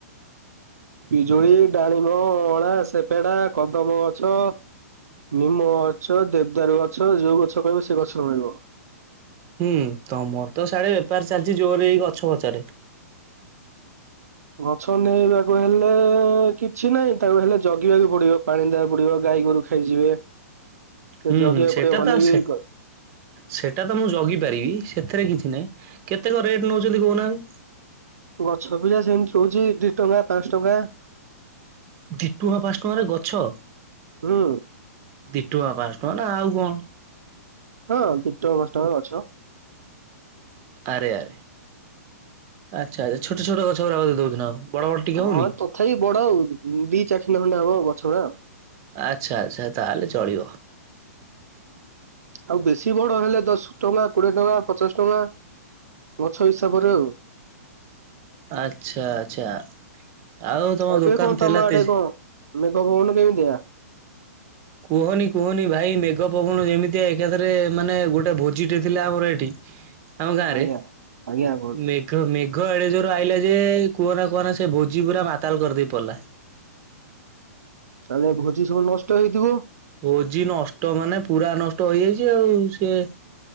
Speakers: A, on the right; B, on the right.
A: ପିଜୁଳି ଡ଼ାଳିମ୍ୱ ଅଁଳା ସେପେଡା କଦମ ଗଛ ନିମ ଗଛ ଦେବଦାରୁ ଗଛ ଯୋଉ ଗଛ କହିବ ସେ ଗଛ ମିଳିବ
B: ହୁଁ ତମର ତ ସାଡେ ବେପାର ଚାଲିଛି ଜୋରରେ ଏଇ ଗଛ ପଛରେ
A: ଗଛ ନବାକୁ ହେଲେ କିଛି ନାହିଁ ତାକୁ ହେଲେ ଜଗିବାକୁ ପଡିବ ପାଣି ଦବାକୁ ପଡିବ ଗାଈ ଗୋରୁକୁ ଖାଇଯିବେ ସେ
B: ହୁଁ
A: ଜଗିଆ
B: ହୁଁ ସେଟା
A: ପଡିବ ଭଲ
B: ତ ସେ
A: କି
B: ସେଟା ତ ମୁଁ ଜଗି ପାରିବି ସେଥିରେ କିଛି ନାହିଁ କେତେକଣ ରେଟ୍ ନଉଛନ୍ତି କହୁନାହାନ୍ତି
A: ଗଛ ପିଲା ସେମିତି ରହୁଛି ଦି ଟଙ୍କା ପାଞ୍ଚ ଟଙ୍କା
B: ଦି ଟଙ୍କା ପାଞ୍ଚ ଟଙ୍କାରେ ଗଛ
A: ହୁଁ
B: ଦି ଟଙ୍କା ପାଞ୍ଚ ଟଙ୍କା ନା ଆଉ କଣ
A: ହଁ ଦି ଟଙ୍କା ପାଞ୍ଚ ଟଙ୍କା ଗଛ
B: ଆରେ ଆରେ ଆଚ୍ଛା ଆଚ୍ଛା ଛୋଟ ଛୋଟ ଗଛ ଅରା ଦେଉ ନା ଆଉ ବଡ ବଡ ଟିକେ ହଉନି?
A: ହଁ ତଥାପି ବଡ ଆଉ ଦି ଚାରଖିଣ୍ଡ ଖଣ୍ଡା ହବ ଗଛ ଗଡା
B: ଆଚ୍ଛା ଆଚ୍ଛା ତାହେଲେ ଚଳିବ
A: ଆଉ ବେଶୀ ବଡ ହେଲେ ଦଶ ଟଙ୍କା କୋଡିଏ ଟଙ୍କା ପଚାଶ ଟଙ୍କା ଗଛ ହିସାବରେ ଆଉ
B: ଆଛା ଆଛା ଆଉ ତମ
A: ଏବେ
B: ଦୋକାନ
A: କଣ ତମ
B: ଥିଲା
A: ଆଡେ
B: ତେଜ
A: କଣ ମେଘ ପବନ କେମିତିଆ
B: କୁହନି କୁହନି ଭାଇ ମେଘ ପବନ ଯେମିତିଆ ଏକାଥରେ ମାନେ ଗୋଟେ ଭୋଜିଟେ ଥିଲା ଆମର ଏଠି ଆମ ଗାଁ
A: ଆଜ୍ଞା
B: ରେ
A: ଆଜ୍ଞା କୁହନ୍ତୁ
B: ମେଘ ମେଘ ଏଡେ ଜୋର ଆଇଲା ଯେ କୁହ ନା କୁହନା ସେ ଭୋଜି ପୁରା ମାତାଲ କରିଦେଇ ପଡିଲା
A: ତାହେଲେ ଭୋଜି ସବୁ ନଷ୍ଟ ହେଇଥିବ
B: ଭୋଜି ନଷ୍ଟ ମାନେ ପୁରା ନଷ୍ଟ ହେଇଯାଇଛି ଆଉ ସେଏ